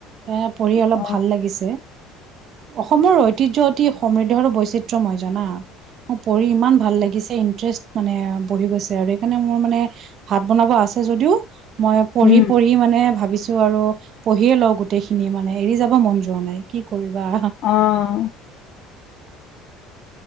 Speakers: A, on the right (about 50°); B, on the left (about 55°).
A: এ পঢ়ি অলপ
B: অ
A: ভাল লাগিছে। অসমৰ ঐতিহ্য অতি সমৃদ্ধ আৰু বৈচিত্ৰময় জানা। মো পঢ়ি ইমান ভাল লাগি- পিছে ইণ্টৰেষ্ট মানে আ বহি গৈছে আৰু সেইকাৰণে মোৰ মানে ভাত বনাব আছে যদিও- মই পঢ়ি
B: উম,
A: পঢ়ি মানে ভাবিছো। টো‌ আৰু পঢ়িয়ে লওঁ গোটেই খিনি‌ মানে এৰি যাব মন যোৱা নাই কি কৰিবা।
B: অঁ।